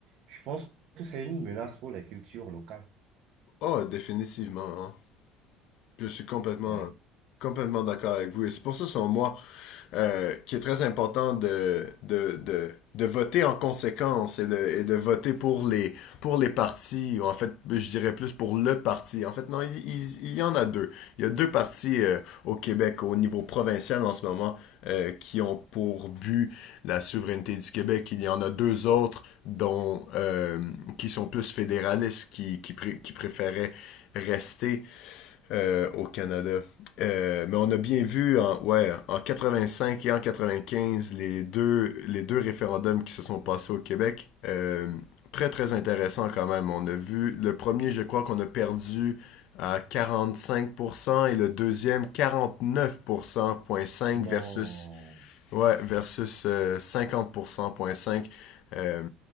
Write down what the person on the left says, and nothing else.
Oh, définitivement. hein. Je suis complètement,
complètement d'accord avec vous. Et c'est pour ça, selon moi, euh, qui est très important de, de, de, de voter en conséquence et de, et de voter pour les, pour les partis, ou en fait, je dirais plus pour le parti. En fait, non, il, il- il y en a deux. Il y a deux partis euh, au Québec, au niveau provincial en ce moment, euh, qui ont pour but la souveraineté du Québec. Il y en a deux autres dont, euh, qui sont plus fédéralistes, qui, qui, pré- qui préféraient rester euh, au Canada. Euh, mais on a bien vu en, ouais, en 85 et en 95 les deux, les deux référendums qui se sont passés au Québec. Euh, très très intéressant quand même. On a vu le premier, je crois qu'on a perdu à 45% et le deuxième quarante-neuf pour cent, zéro virgule cinq
versus Ouais, versus euh, 50%.5. Euh,